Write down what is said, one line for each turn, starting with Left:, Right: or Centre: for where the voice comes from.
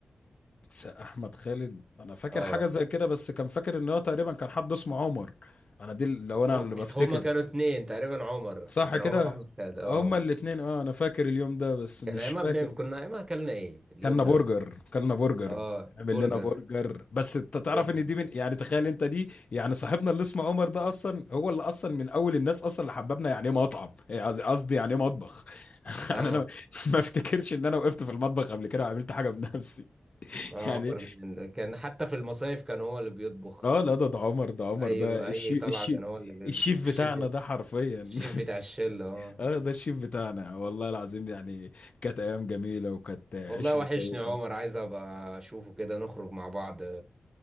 Left: س- احمد خالد انا فاكر
Right: اه
Left: حاجة زي كده بس كان فاكر ان هو تقريبا كان حد اسمه عمر انا دي لو انا
Right: مو-
Left: اللي
Right: مش
Left: بفتكر
Right: هما كانوا اتنين تقريبا عمر
Left: صح
Right: هو كان
Left: كده
Right: عمر واحمد خالد اه
Left: هما الاتنين اه انا فاكر اليوم ده بس مش
Right: كان ايامها
Left: فاكر
Right: بنعمل كنا ايامها اكلنا ايه اليوم
Left: كلنا برجر
Right: ده
Left: كلنا برجر
Right: اه
Left: عمل
Right: البرجر
Left: لنا برجر بس انت
Right: وجاب
Left: تعرف ان دي من يعني تخيل انت دي يعني صاحبنا اللي اسمه عمر ده اصلا هو اللي اصلا من اول الناس اصلا اللي حببنا يعني ايه مطعم إيه قصدي قصدي يعني ايه مطبخ <laughs>
Right: اه
Left: يعني انا ما افتكرش ان انا وقفت في المطبخ قبل كده وعملت حاجه بنفسي <laughs>
Right: اه
Left: يعني
Right: عمر من كان حتى في المصايف كان هو اللي بيطبخ
Left: اه لا ده ده عمر ده عمر
Right: اي
Left: ده
Right: اي
Left: الشيف
Right: طلعه
Left: الشيف
Right: كان هو اللي بيطبخ
Left: الشيف
Right: الشيف
Left: بتاعنا ده حرفيا
Right: الشيف بتاع الشله
Left: <laughs>
Right: اه
Left: اه ده الشيف بتاعنا والله العظيم يعني كانت ايام جميله وكانت عشره
Right: والله وحشني
Left: كويسه
Right: يا عمر عايز ابقى اشوفه كده نخرج مع بعض